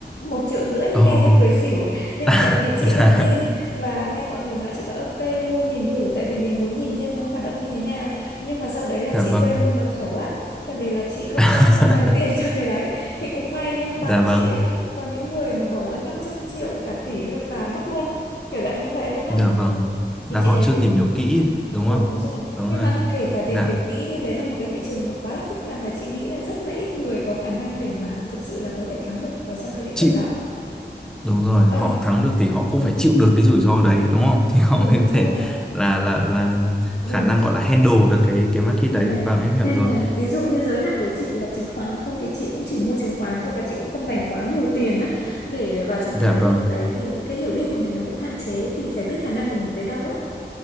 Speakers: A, on the left; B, in the centre.
A: một triệu rưỡi
B: oh
A: nghe thì cười xỉu nhưng
B: <laughs>
A: mà tại vì chị không
B: dạ
A: tin và nghe mọi người nói chị bảo ok mua nhìn thử tại vì mình muốn nhìn xem nó hoạt động như thế nào nhưng mà sau đấy là
B: dạ
A: chị
B: vâng
A: quên luôn mật khẩu á tại vì là chị không
B: <laughs>
A: có dành tiền <laughs> cho cái đấy thì cũng may nha bạn
B: dạ vâng
A: chị á có những người mà bỏ ra năm trăm triệu cả tỷ luôn và mất luôn kiểu dạng như vậy luôn á
B: Dạ vâng, là
A: thì chị
B: họ
A: thấy
B: chưa
A: cũng
B: tìm hiểu kỹ đúng
A: đúng
B: không?
A: rồi
B: Đúng
A: nhưng
B: rồi.
A: mà kể cả
B: Dạ,
A: tìm hiểu kỹ đi đấy là một cái thị trường nó quá là phức tạp và chị nghĩ là rất là ít người có khả năng để mà thực sự là có thể thắng được ở trong cái lĩnh
B: chịu.
A: vực đó
B: Đúng rồi,
A: Ờ
B: họ thắng được thì họ cũng phải chịu được cái rủi ro đấy đúng không? <laughs> Thì họ
A: Đúng
B: mới có
A: rồi,
B: thể là là là
A: đúng
B: khả năng
A: rồi.
B: gọi là handle được cái cái market đấy.
A: Đấy,
B: Vâng, em hiểu
A: nên
B: rồi.
A: là ví dụ như giới hạn của chị là chứng khoán thôi thì chị cũng chỉ mua chứng khoán thôi và chị cũng không dành quá nhiều tiền á để vào trong
B: Dạ
A: cái lĩnh
B: vâng.
A: vực đấy vì cái hiểu biết của mình nó cũng hạn chế thì phải biết khả năng của mình tới đâu á.